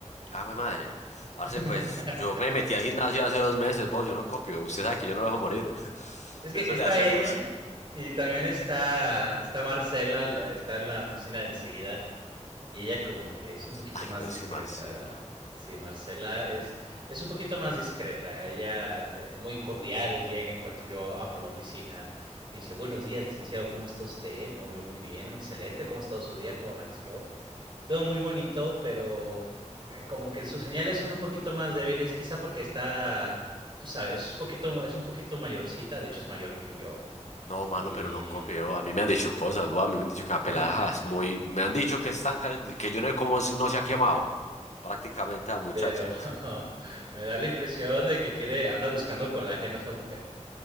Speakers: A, on the left; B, on the right.
A: ah, güey, madre, parce,
B: <laughs>
A: pues yo me metí al gimnasio hace dos meses, vos, yo no copio, usted sabe que yo no lo dejo morir, <laughs>
B: Es que
A: eso
B: está
A: le hacemos.
B: ella y también está, está Marcela, la- está en la oficina de enseguida. Y ella como que es un poquito
A: Ay,
B: más
A: pero
B: discreta.
A: es que Marcela,
B: Sí, Marcela es, es un poquito más discreta. Ella eh, muy cordial llega en cuanto yo abro la oficina. Me dice, buenos días, licenciado, ¿cómo está usted? No, yo muy bien, excelente, ¿cómo ha estado su día? ¿Cómo amaneció? Todo muy bonito, pero eh, como que sus señales son un poquito más débiles, quizá porque está, tú sabes, es un poquito, es un poquito mayorcita, de hecho es mayor que yo.
A: no, mano,
B: Y
A: pero no copio, a mí me han dicho cosas, vos, a mí me han dicho que la
B: <laughs>
A: pelada es muy, me han dicho que es tan caliente, que yo no sé cómo no se ha quemado, prácticamente a muchacha.
B: Pero <laughs> me da la impresión de que quiere, anda buscando colágeno esa mujer.